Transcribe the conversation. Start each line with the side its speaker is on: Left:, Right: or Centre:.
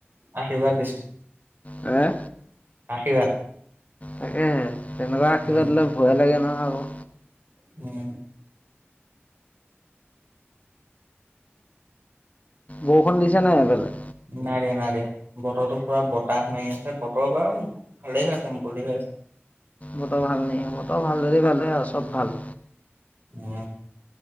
Right: আশীৰ্বাদ দিছোঁ।
Left: হা?
Right: আশীৰ্বাদ।
Left: তাকে তেনেকুৱা আশীৰ্বাদিলে
Right: উম
Left: ভয়ে লাগে নহ আকৌ।
Right: <inaudible>
Left: বৰষুণ দিছে নাই সেইফালে?
Right: নাই দিয়া নাই দিয়া বতৰটো পুৰা বতাহ মাৰি আছে বতৰ বাৰু ভালেই হৈ আছে মুকলি হৈ আছে।
Left: বতৰ ভাল ন বতৰ ভাল ধৰি ভালে আৰু চব ভাল।
Right: অ,